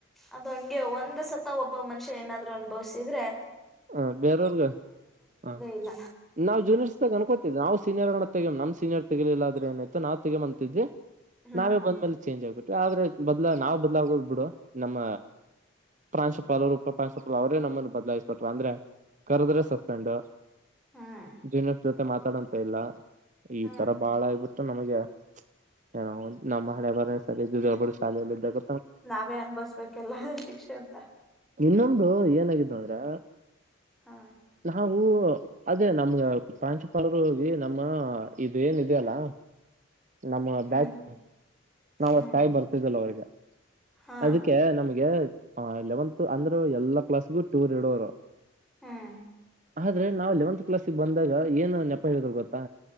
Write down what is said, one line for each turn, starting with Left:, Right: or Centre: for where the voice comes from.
Centre: ಅದು ಹಂಗೆ ಒಂದ್ ಸತ್ತ ಒಬ್ಬ ಮನುಷ್ಯ ಏನಾದ್ರು ಅನ್ಬವ್ಸಿದ್ರೆ
Right: ಹ ಬೇರವರ್ಗ ಹ
Centre: ಇಲ್ಲ.
Right: ನಾವ್ ಜೂನಿಯರ್ಸ್ದಾಗ್ ಗ ಅನ್ಕೋತಿದ್ದವಿ ನಾವು ಸೀನಿಯರ್ ಅಗಡತ್ತೆನ್ ನಮ್ ಸೀನಿಯರ್ ತಗಲಿಲ್ಲಾದ್ರೆ ಏನಾಯ್ತು ನಾವು ತಗೆಯುಮಾ ಅಂತಿದ್ವಿ
Centre: ಹ್ಮ್
Right: ನಾವೇ ಬಂದ್ಮೇಲೆ ಚೇಂಜ್ ಆಗ್ಬಿಟ್ ಆದ್ರೆ ಬದಲ ನಾವು ಬದಲಾಗೋದು ಬಿಡು ನಮ್ಮ ಪ್ರಾಂಶುಪಾಲ ಅವರು ಉಪ ಪ್ರಾಂಶುಪಾಲ ಅವರೇ ನಮ್ಮನ್ನು ಬದಲಾಯ್ಸ್ ತ್ವಾ ಅಂದ್ರೆ ಕರೆದ್ರೆ ಸಸ್ಪೆಂಡ್
Centre: ಹ್ಮ್
Right: ಜೂನಿಯರ್ಸ್ ಜೊತೆ ಮಾತ್ ತಡ ಅಂತ ಇಲ್ಲ ಈ
Centre: ಹ್ಮ್
Right: ತರ ಬಾಳ ಆಗ್ಬ ನಮಗೆ ಏನೋ ನಮ್ಮ ಹಣೆ ಬರ ಸರಿ ಇದ್ದಿದ್ದಿಲ್ಲ ಬಿಡ್ ಶಾಲೆಯಲ್ಲಿದ್ದಾಗ
Centre: ನಾವೇ ಅನ್ಭಸ್ಬೇಕಲ್ಲ ಶಿಕ್ಷೆ ಅಂತ
Right: ಇನ್ನೊಂದು ಏನಾಗಿದ್ದು ಅಂದ್ರೆ
Centre: ಹಾ
Right: ನಾವು ಅದೇ ನಮಗ ಪ್ರಾಂಶುಪಾಾಲರು ಹೋಗಿ ನಮ್ಮ ಇದೇನಿದೆ ಅಲ್ಲ ನಮ್ಮ
Centre: ಹ್ಮ್
Right: ಬ್ಯಾಚ್ ನಾವ್
Centre: ಹ್ಮ್
Right: ಅಷ್ಟಾಗ್ ಬರ್ತಿದಿ ಲ ವ್ ಈಗ
Centre: ಹಾ
Right: ಅದಕ್ಕೆ ನಮಗೆ ಹ ಲೆವೆಂತ್ ಅಂದ್ರರು ಎಲ್ಲಾ ಕ್ಲಾಸ್ಗು ಟೂರ್ ಇಡೋರು
Centre: ಹ್ಮ್
Right: ಆದ್ರೆ ನಾವ್ ಲೆವೆಂತ್ ಕ್ಲಾಸ್ಗೆ ಬಂದಾಗ ಏನ್ ನೆಪ ಹೇಳಿದ್ರು ಗೊತ್ತಾ